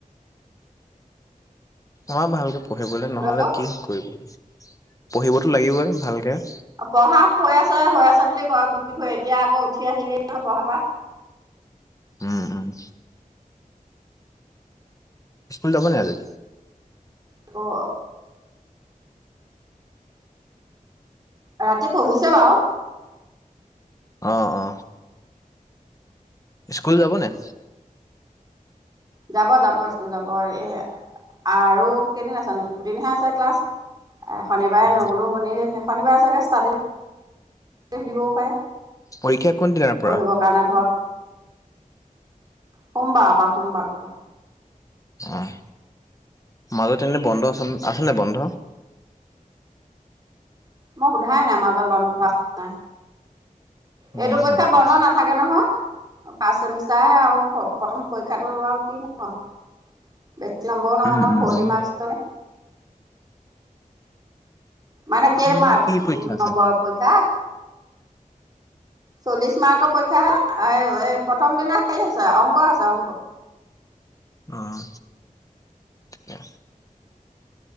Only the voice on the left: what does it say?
মই ভালকে পঢ়িবলৈ
নহ'লে কি কৰিব। পঢ়িবতো লাগিবই ভালকৈ।
উম, উম। স্কুল যাব নাই আজি?
আহ, অ। স্কুল যাব নাই?
অ
পৰীক্ষা কোন দিনাৰ পৰা
আহ, মাজত এনে বন্ধ, চন আছে নাই বন্ধ?
উম
উম
উম
উম উম
উম
প্ৰথম
দিনা
কি পৰীক্ষা আছে
অহ, ঠিকে আছে।